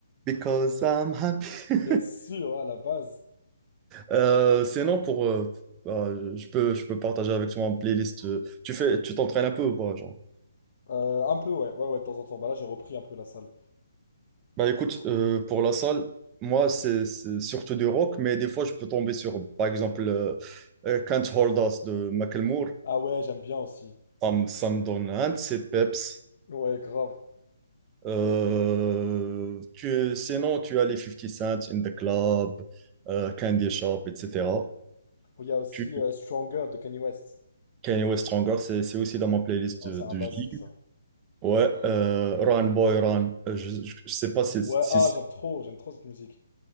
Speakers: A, on the right; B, on the left.
A: Because I'm happy. <laughs>
B: bien sûr, à la base.
A: Euh, sinon, pour, euh, bah, je peux, je peux partager avec toi une playlist. euh, Tu fais, tu t'entraînes un peu ou pas, genre?
B: Euh, un peu, ouais, ouais, ouais, de temps en temps. Bah là, j'ai repris un peu la salle.
A: Bah écoute, euh, pour la salle, moi, c'est c'est surtout du rock, mais des fois, je peux tomber sur, par exemple, euh, euh, Can't Hold Us de Macklemore.
B: Ah ouais, j'aime bien aussi.
A: Ça me, ça me donne un de ces peps.
B: Ouais, grave.
A: Euh, tu, sinon, tu as les fifty Cent, In the Club, euh, Candy Shop, etc.
B: Oh, Il y a aussi
A: Tu,
B: euh, Stronger de Kanye West.
A: Kanye West Stronger, c'est c'est aussi dans ma playlist
B: Oh,
A: de,
B: c'est un
A: de
B: basique
A: J.
B: ça.
A: Ouais, euh, Run Boy Run. Euh, Je, je, je sais pas si,
B: Ouais,
A: si
B: ah,
A: si-
B: j'aime trop, j'aime trop cette musique.